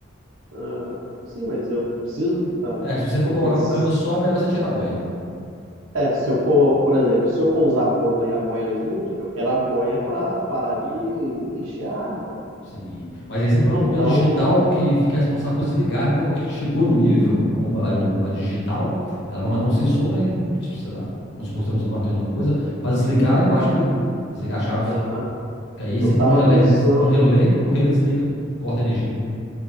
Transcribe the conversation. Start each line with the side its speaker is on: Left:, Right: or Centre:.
Right: ah, sim, mas eu preciso que tampe.
Left: É, que se você for
Right: Porque,
Left: colocar
Right: s-
Left: um cano só, é melhor você tirar a boia.
Right: é, se eu for, por exemplo, se eu for usar a bomba e a boia junto, eu quero a boia para parar de encher a água.
Left: Sim. Mas aí você põe
Right: Então,
Left: uma boia digital que fica responsável por desligar, entendeu? Que chegou no nível, a bomba a, a digital, ela vai mandar um sensor, né? Tipo, sei lá, vamos supor que você está usando o Arduino em alguma coisa, para desligar lá embaixo, entendeu? Desligar a chave.
Right: aham,
Left: Que aí
Right: eu
Left: você
Right: estava
Left: põe um relé,
Right: pensando.
Left: você põe um relé, o relé desliga, corta a energia.